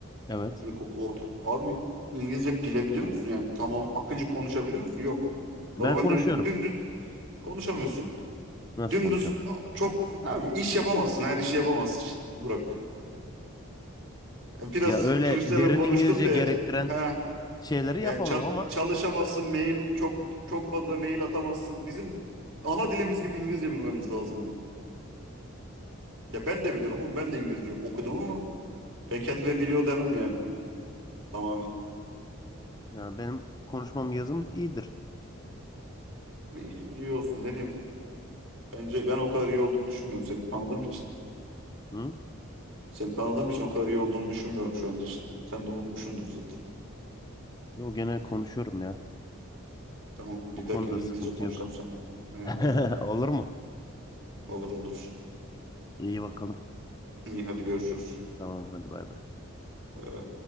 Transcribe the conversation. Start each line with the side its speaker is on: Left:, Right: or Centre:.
Left: Evet.
Right: İlkokul, orta. Abi İngilizce bilebiliyor musun? Yani tamam akıcı konuşabiliyor musun? Yok.
Left: Ben
Right: Normalde
Left: konuşuyorum.
Right: bir de dümdüz konuşamıyorsun.
Left: Nasıl
Right: Dümdüz
Left: konuşamıyorum?
Right: a, çok abi iş yapamazsın. Her işi yapamazsın. İşte, Burak. Yani biraz
Left: Ya öyle
Right: turistlerle
Left: derin
Right: konuştum
Left: İngilizce
Right: diye
Left: gerektiren
Right: ha
Left: şeyleri
Right: yani
Left: yapamam
Right: çal-
Left: ama
Right: çalışamazsın mail çok çok fazla mail atamazsın. Bizim ana dilimiz gibi İngilizce bilmemiz lazım Ya ben de biliyorum ama ben de İngilizce okudum ama ben kendime biliyor demem yani tamamen.
Left: yani benim konuşmam yazım iyidir.
Right: İyi, iyi olsun ne diyeyim. Bence ben o kadar iyi olduğunu düşünmüyorum seni tanıdığım için.
Left: Hı?
Right: Seni tanıdığım için o kadar iyi olduğunu düşünmüyorum şu an için. Sen de unutmuşsundur zaten.
Left: Yo gene konuşuyorum ya.
Right: Tamam bir
Left: O konuda
Right: dahakine İngilizce
Left: sıkıntı
Right: konuşalım
Left: yok.
Right: seninle. Aynen
Left: <laughs>
Right: aynen.
Left: Olur mu?
Right: Olur olur.
Left: İyi bakalım.
Right: İyi hadi görüşürüz.
Left: Tamam hadi bay bay.
Right: Bay bay.